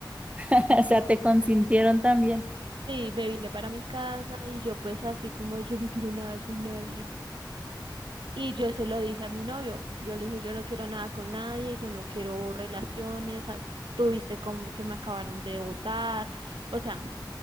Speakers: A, on the right (about 15°); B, on the right (about 75°).
A: <laughs> O sea, te consintieron también.
B: Sí, me vine para mi casa y yo pues así como yo no quiero nada con nadie. Y yo se lo dije a mi novio. Yo le dije, yo no quiero nada con nadie, yo no quiero relaciones. ah, Tuviste como que me acabaron de botar. O sea,